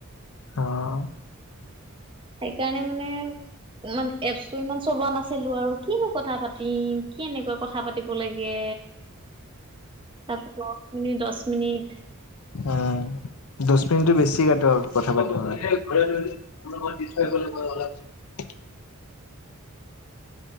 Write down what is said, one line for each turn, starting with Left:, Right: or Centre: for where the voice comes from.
Left: অ'
Right: সেইকাৰণে মানে। ইমান এপছটো ইমান চলোৱা নাছিলো আৰু কিনো কথা পাতিম কি এনেকুৱা কথা পাতিম। কথা পাতিব লাগে, তাকো দহ মিনিট দহ মিনিট।
Left: অ' দহ মিনিটটো বেছি কাট আৰু কথা পাতিব পাৰে। আপোনাক মই <unintelligible>